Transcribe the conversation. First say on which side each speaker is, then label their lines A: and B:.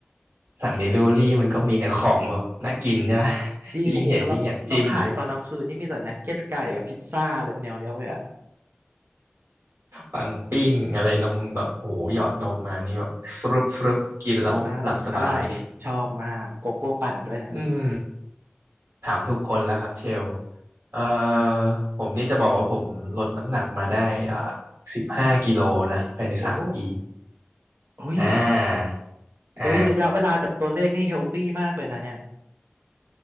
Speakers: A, on the right; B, on the right.
A: สั่งเดลิเวอรี่มันก็มีแต่ของแบบน่ากินใช่ไหม <laughs>
B: จริงโอ้โหเราเราขายตอนกลางคืนนี่มีแต่นักเก็ตไก่กับพิซซ่าอะไรเป็นแนวเนี้ยเลยอะ
A: ยิ่งเห็นยิ่งอยากจิ้มปังปิ้งอะไรนมแบบโอ้โหหยอดนมมานี่แบบสรุปสรุปกินแล้วหลับสบาย
B: อืมใช่อร่อยชอบมากโกโก้ปั่นด้วยนะ
A: อืมถามทุกคนแล้วครับเชลเอ่อ
B: อ่าฮะ
A: ผมนี่จะบอกว่าผมลดน้ำหนักมาได้อ่าสิบห้ากิโลนะภายในสามปี
B: โอ้โอ้ย
A: อ่าอ่า
B: เฮ้ยระยะเวลากับตัวเลขนี่เฮลตี้มากเลยนะเนี่ย